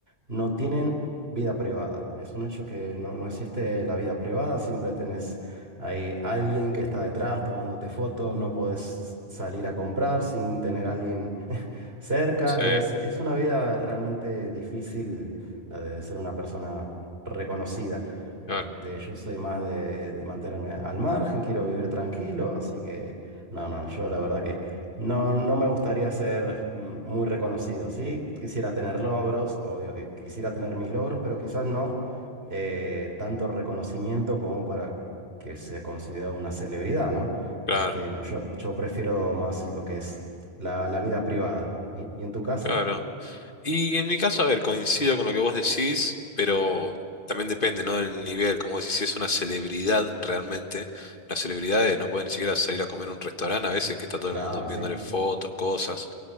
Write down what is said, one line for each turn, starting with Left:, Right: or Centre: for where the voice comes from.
Right: No tienen vida privada. Es un hecho que no, no existe la vida privada, siempre tenés ahí alguien que está detrás tomándote fotos, no podés salir a comprar sin tener a alguien <laughs> cerca.
Left: sí,
Right: Es, es una vida realmente difícil la de ser una persona reconocida.
Left: claro,
Right: Este, yo soy más de, de mantenerme al margen, quiero vivir tranquilo, así que no, no, yo la verdad que no, no me gustaría ser mm, muy reconocido, ¿sí? Quisiera tener logros, obvio que quisiera tener mis logros, pero quizás no eh, tanto reconocimiento como para que se considere una celebridad, ¿no?
Left: claro,
Right: Este, no, yo, yo prefiero más lo que es la, la vida privada. ¿Y, y en tu caso?
Left: claro. Y en mi caso, a ver, coincido con lo que vos decís, pero también depende, ¿no? Del nivel, como decís, si es una celebridad realmente, las celebridades no pueden ni siquiera salir a comer a un restaurante a veces que está todo
Right: Claro,
Left: el mundo pidiéndole
Right: sí.
Left: fotos, cosas.